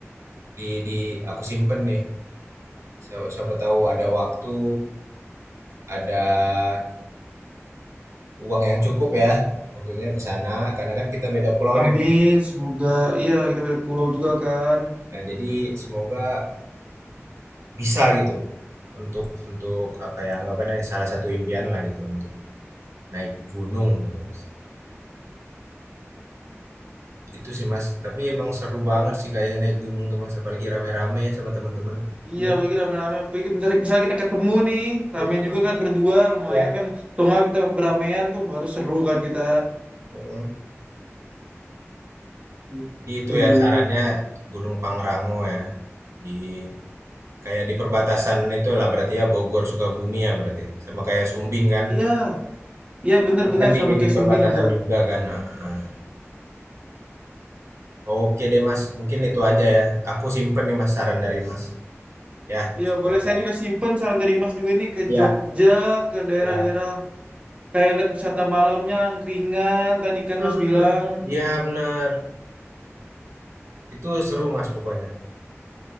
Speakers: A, on the right; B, on the right.
A: di di aku simpen nih. Siapa, siapa tahu ada waktu, ada uang yang cukup ya. Maksudnya ke sana karena kan kita beda pulau
B: Amin,
A: nih. Mas.
B: semoga iya kita beda pulau juga kan.
A: Nah, jadi semoga bisa gitu untuk untuk apa ya anggapannya salah satu impian lah gitu untuk naik gunung gitu, Mas. Itu sih Mas, tapi emang seru banget sih kayaknya naik gunung tuh Mas, apalagi rame-rame ya sama teman-teman.
B: Iya,
A: Bener.
B: bagi rame-rame. Apalagi Misalnya, misalnya kita ketemu nih, rame
A: Mhm.
B: juga kan berdua, lumayan
A: Iya.
B: kan. Atau nggak kita beramean tuh baru seru kan kita.
A: Mhm.
B: Gitu.
A: Jadi itu ya sarannya Gunung Pangrango ya. Di kayak di perbatasan itulah berarti ya Bogor Sukabumi ya berarti. Sama kayak Sumbing kan.
B: Iya, iya bener-bener
A: Ini kan di
B: sama kayak
A: di perbatasan
B: Sumbing juga.
A: juga kan. Ah, ah. Oke deh Mas, mungkin itu aja ya. Aku simpen nih Mas saran dari Mas. Ya,
B: Iya,
A: semoga.
B: boleh saya juga simpen saran dari Mas juga nih ke
A: Iya,
B: Jogja, ke daerah-daerah
A: iya.
B: kayak lihat wisata malamnya, angkringan tadi kan
A: Hmm.
B: Mas bilang.
A: Iya benar. Itu seru Mas pokoknya.